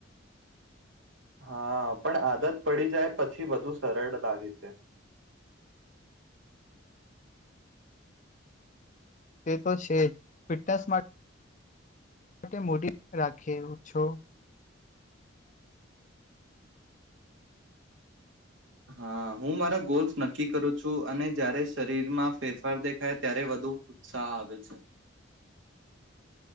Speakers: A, on the right; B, on the left.
A: હા પણ આદત પડી જાય પછી વધુ સરળ લાગે છે.
B: તે તો છે જ ફિટનેસ માટે મૂડી રાખે છો.
A: હા હું મારા ગોલ્સ નક્કી કરું છું, અને જ્યારે શરીરમાં ફેરફાર દેખાય ત્યારે વધુ ઉત્સાહ આવે છે.